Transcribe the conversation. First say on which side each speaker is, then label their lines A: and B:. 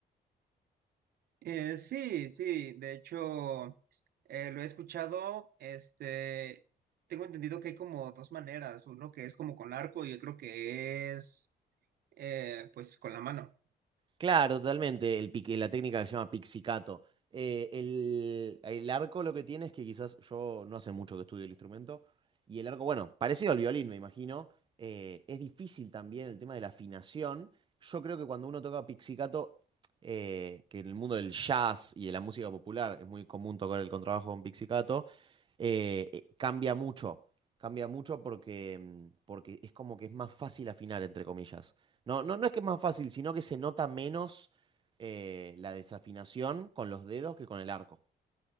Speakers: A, on the right; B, on the right.
A: Eh, sí, sí, de hecho eh, lo he escuchado, este, tengo entendido que hay como dos maneras, uno que es como con arco y otro que es eh, pues con la mano.
B: Claro, totalmente. El pique, la técnica que se llama pixicato. Eh, el, el arco lo que tiene es que quizás yo no hace mucho que estudio el instrumento. Y el arco, bueno, parecido al violín, me imagino. eh, es difícil también el tema de la afinación. Yo creo que cuando uno toca pixicato, eh, que en el mundo del jazz y de la música popular es muy común tocar el contrabajo con pixicato, eh, eh, cambia mucho. Cambia mucho porque, mm, porque es como que es más fácil afinar, entre comillas. No, no, no es que es más fácil, sino que se nota menos eh, la desafinación con los dedos que con el arco.